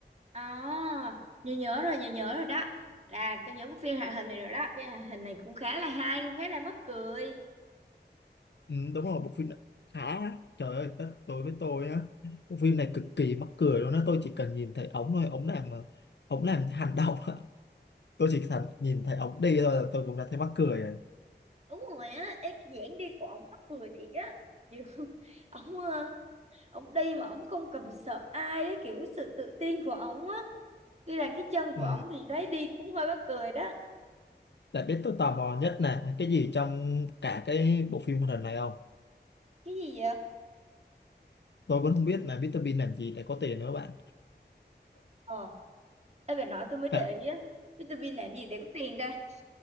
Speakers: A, on the right; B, on the left.
A: À, nhớ nhớ rồi, nhớ nhớ rồi đó. Là tôi nhớ bức phim hoạt hình này rồi đó. Phim hoạt hình này cũng khá là hay, cũng khá là mắc cười.
B: Ừ, đúng rồi bộ phim này khá trời ơi đất tôi với tôi á bộ phim này cực kỳ mắc cười luôn á tôi chỉ cần nhìn thấy ống thôi ống làm ờ, ống làm <laughs> hành động á tôi chỉ cần nhìn thấy ống đi thôi là tôi cũng đã thấy mắc cười rồi
A: Đúng rồi á, ê, cái dáng đi của ổng mắc cười thiệt á. Kiểu <laughs> ổng ờ, ổng đi mà ổng không cần phải sợ ai á, kiểu cái sự tự tin của ổng á. Tuy là cái chân
B: ừ.
A: của ổng thì thấy đi cũng hơi mắc cười đó.
B: đã biết tôi tò mò nhất là cái gì trong cả cái bộ phim hoạt hình này không
A: Cái gì vậy?
B: tôi vẫn không biết là Mr Bean làm gì để có tiền nữa bạn
A: Ờ, ê bà nói tôi mới để
B: Bạn
A: ý á. Vitamin làm gì để có tiền ta?